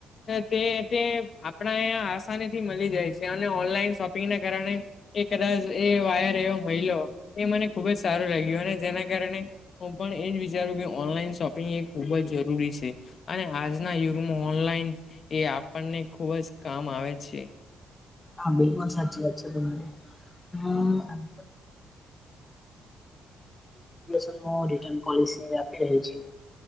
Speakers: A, on the left; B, on the left.
A: તે તે આપણા અહીયા આસાની થી મળી જાય છે, અને ઓનલાઈન શોપિંગ ના કારણે એ કદાચ એ વાયર એવો મહિલો એ મને ખુબ જ સારું લાગ્યું, અને જેના કારણે હું પણ એજ વિચારું કે ઓનલાઈન શોપિંગ એ ખુબ જ જરૂરી છે, અને આજના યુગમાં ઓનલાઈન એ આપણને ખુબ જ કામ આવે છે.
B: હા, બિલકુલ સાચી વાત છે, બો. ફનન રટન ર છે <unintelligible>